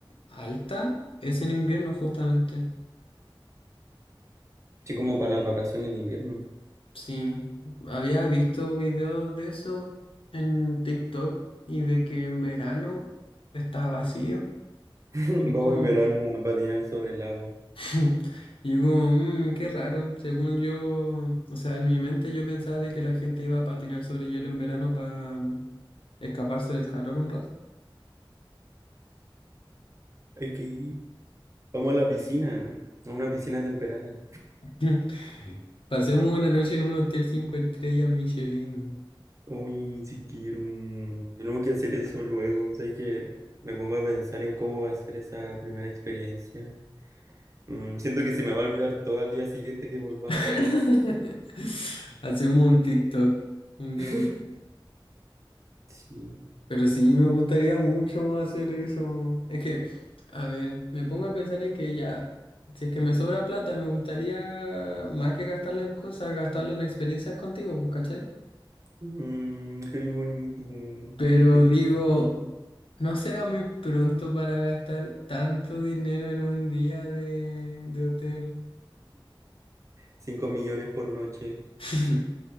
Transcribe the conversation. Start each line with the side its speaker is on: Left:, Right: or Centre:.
Left: alta es en invierno justamente.
Right: sí como para las vacaciones de invierno.
Left: Sí, había visto videos de eso en TikTok y de que en verano está vacío.
Right: <laughs>
Left: Es como-
Right: Vamos en verano a patinar sobre el agua.
Left: <laughs> Y yo como, "Mm, qué raro. Según yo, o sea, en mi mente yo pensaba de que la gente iba a patinar sobre hielo en verano para escaparse del calor un rato.
Right: Hay que ir. Vamos a la piscina, a una piscina temperada.
Left: <laughs> Pasemos una noche en un hotel cinco estrellas Michelin.
Right: Uy, si quiero. Tenemos que hacer eso luego. O sea, hay que me pongo a pensar en cómo va a ser esa primera experiencia. Mm, siento que se me va a olvidar todo al día siguiente que volvamos.
Left: <laughs> Hacemos un TikTok, un diario
Right: <laughs> Sí.
Left: Pero sí, me gustaría mucho más hacer eso. Es que, a ver, me pongo a pensar en que ya, si es que me sobra plata, me gustaría más que gastarla en cosas, gastarla en experiencias contigo, pues, ¿cachai?
Right: Mm, qué bonito.
Left: Pero
Right: Te
Left: digo,
Right: quiero.
Left: ¿no será muy pronto para gastar tanto dinero en un día de, de hotel?
Right: 5 <laughs> millones por noche.
Left: <laughs>